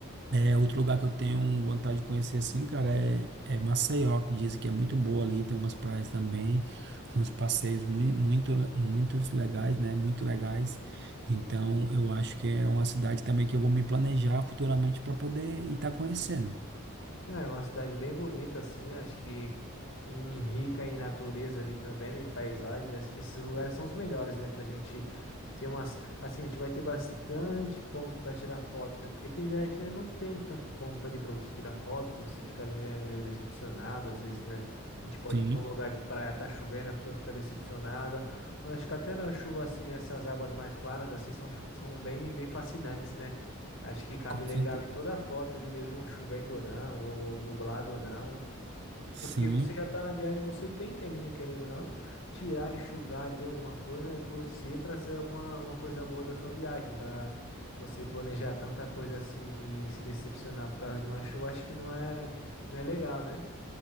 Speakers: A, on the right (about 50°); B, on the left (about 65°).
A: É, outro lugar que eu tenho vontade de conhecer assim, cara, é, é Maceió, que dizem que é muito boa ali, tem umas praias também, uns passeios muito, muito, le- muitos legais, né? Muito legais. Então, eu acho que é uma cidade também que eu vou me planejar futuramente para poder estar conhecendo.
B: É é uma cidade bem bonita, assim, né? Acho que em rica em natureza ali também, né? Em paisagem. Acho que esses lugares são os melhores, né? Pra gente ter umas. Assim, a gente vai ter bastante ponto pra tirar foto, né? Porque tem viagem que né, não tem tanto ponto ali pra você tirar foto. Você fica ali, né, meio decepcionado. Às vezes, né? A gente pode
A: Sim,
B: ir pra um lugar de praia, tá chovendo, a pessoa fica decepcionada. Mas acho que até na chuva, assim, essas águas mais claras, assim, são, são bem, bem fascinantes, né? Acho que cabe
A: com
B: legal
A: certeza.
B: em toda a foto ali mesmo, chovendo ou não, ou nublado ou não.
A: Sim.
B: Porque você já tá na viagem, você tem que ali, né, querendo ou não, tirar, enxugar ali alguma coisa, né, torcer para sair alguma, alguma coisa boa da sua viagem, para você planejar tanta coisa assim e se decepcionar por causa de uma chuva, acho que não é, não é legal, né?